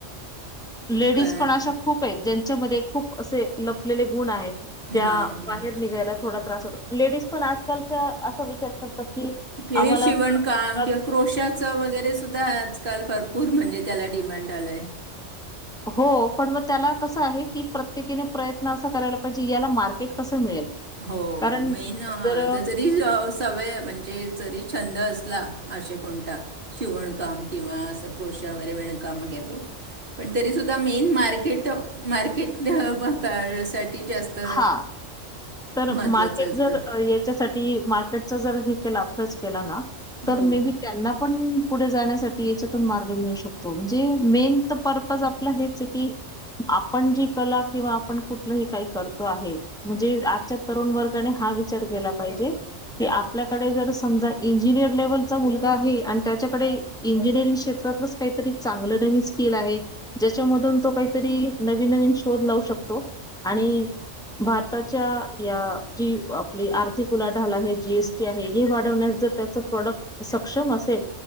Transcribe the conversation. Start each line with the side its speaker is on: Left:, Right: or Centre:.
Centre: लेडीज
Right: कारण
Centre: पण अशा खूप आहेत ज्यांच्यामध्ये खूप असे लपलेले गुण आहेत. ज्या
Right: हां
Centre: बाहेर निघायला थोडा त्रास होतो लेडीज पण आजकालच्या असा विचार करतात की
Right: कि हे
Centre: आम्हाला
Right: शिवणकाम
Centre: असं घरात
Right: किंवा क्रोशाचं वगैरे सुद्धा आजकाल भरपूर भरपूर म्हणजे त्याला डिमांड आलंय.
Centre: हो पण मग त्याला कसं आहे की प्रत्येकीने प्रयत्न असा करायला पाहिजे याला मार्केट कसं मिळेल.
Right: हो
Centre: कारण
Right: मेन
Centre: जर
Right: जरी सवय म्हणजे जरी छंद असेल ला अशे कोणता शिवणकाम किंवा असं क्रोश वगैरे विणकाम वगैरे पण तरी सुद्धा मेन मार्केट मार्केट <unintelligible> साठी जास्त
Centre: हा तर
Right: महत्त्वाचं
Centre: मार्केट
Right: असतं
Centre: जर याच्यासाठी मार्केटचा जर हे केला अभ्यास केला ना तर
Right: हो
Centre: मे बी त्यांना पण पुढे जाण्यासाठी याच्यातून मार्ग मिळू शकतो म्हणजे मेन तर पर्पज आपलं हेचय की आपण जी कला किंवा आपण कुठलंही काही करतो आहे म्हणजे च्या तरुण वर्गाने हा विचार केला पाहिजे. की आपल्याकडे जर समजा इंजिनिअर लेव्हलचा मुलगा आहे आणि त्याच्याकडे इंजिनिअरिंग क्षेत्र काहीतरी चांगलं नवीन स्किल आहे ज्याच्यामधून तो काहीतरी नवीन नवीन शोध लावू शकतो. आणि भारताच्या या जी आपली आर्थिक उलाढाल आहे जीएसटी आहे हे वाढवण्यास जर त्याच प्रॉडक्ट सक्षम असेल